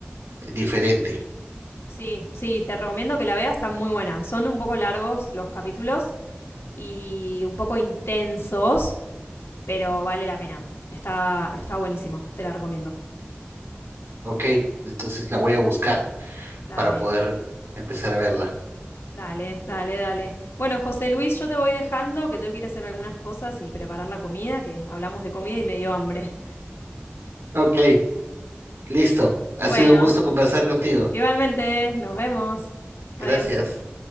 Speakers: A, on the right; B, on the left.
A: diferente.
B: sí, sí, te recomiendo que la veas, está muy buena. Son un poco largos los capítulos, y un poco intensos, pero vale la pena. Está, está buenísimo, te la recomiendo.
A: Ok, entonces la voy a buscar
B: Dale,
A: para poder empezar a verla.
B: dale, dale, dale. Bueno, José Luis, yo te voy dejando, que tengo que ir a hacer algunas cosas y preparar la comida, que hablamos de comida y me dio hambre.
A: Ok, listo. Ha
B: Bueno,
A: sido un gusto conversar contigo.
B: igualmente, nos vemos.
A: Gracias.
B: Adiós.